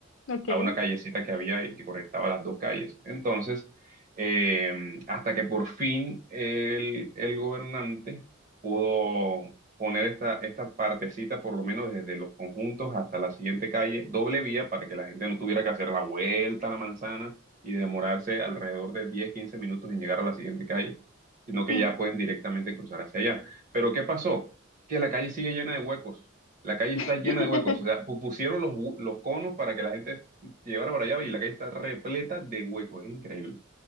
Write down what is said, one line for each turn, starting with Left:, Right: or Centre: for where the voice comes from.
Left: ok.
Right: a una callecita que había y que conectaba las dos calles. Entonces, eh, hasta que por fin el, el gobernante pudo poner esta, esta partecita, por lo menos desde los conjuntos hasta la siguiente calle, doble vía para que la gente no tuviera que hacer la vuelta a la manzana y demorarse alrededor de diez quince minutos en llegar a la siguiente calle, sino que
Left: Mm.
Right: ya pueden directamente cruzar hacia allá. Pero ¿qué pasó? Que la calle sigue llena de huecos. La calle está
Left: <laughs>
Right: llena de huecos. O sea, pu- pusieron los, hu- los conos para que la gente Sí, ahora para allá y la calle está repleta de huecos, es increíble.